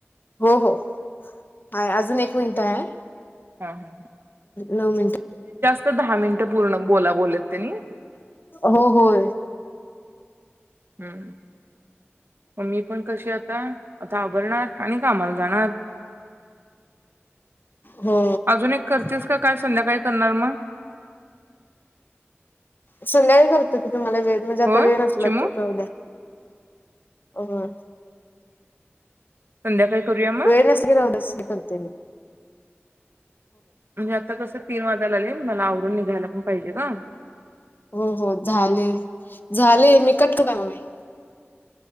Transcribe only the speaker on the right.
हां-हां
क्त दहा मिनिटं! पूर्ण बोला बोलेत त्यांनी.
हुं मग मी, पण कशी आता, आता आवरणार आणि कामाला जाणार.
अजून एक करतिस का? काय संध्याकाळी करणार मग.
होय
चिमू?
संध्याकाळी. करूया मग?
म्हणजे आता कसं. तीन वाजाला आले, मला आवरून निघायला पण पाहिजे ग.